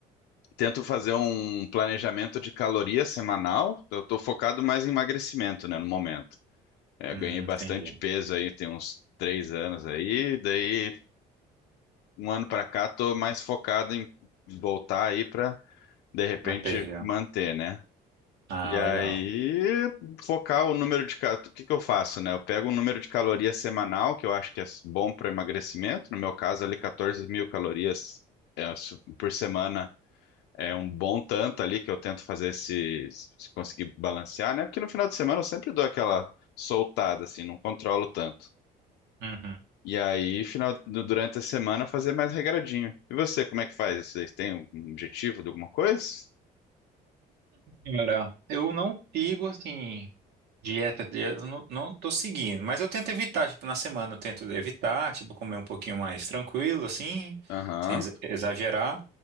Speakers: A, on the left; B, on the right.
A: tento fazer um planejamento de caloria semanal. Eu tô focado mais em emagrecimento, né, no momento. É,
B: Hum,
A: ganhei bastante
B: entendi.
A: peso aí, tem uns três anos aí. Daí, um ano pra cá, tô mais focado em voltar aí pra, de repente,
B: Na perda.
A: manter, né?
B: Ah,
A: E aí,
B: legal.
A: focar o número de... ca- O que que eu faço, né? Eu pego o número de calorias semanal, que eu acho que é bom para emagrecimento. No meu caso, ali, 14 mil calorias é, su- por semana é um bom tanto ali, que eu tento fazer se, se conseguir balancear, né? Porque no final de semana eu sempre dou aquela soltada, assim, não controlo tanto.
B: Uhum.
A: E aí, final, du- durante a semana, fazer mais regradinho. E você, como é que faz? Vocês têm um objetivo de alguma coisa?
B: Cara, eu não sigo, assim, dieta, dieta, eu não, não tô seguindo, mas eu tento evitar, tipo, na semana eu tento evitar, tipo, comer um pouquinho mais tranquilo, assim,
A: Aham.
B: sem ex- exagerar.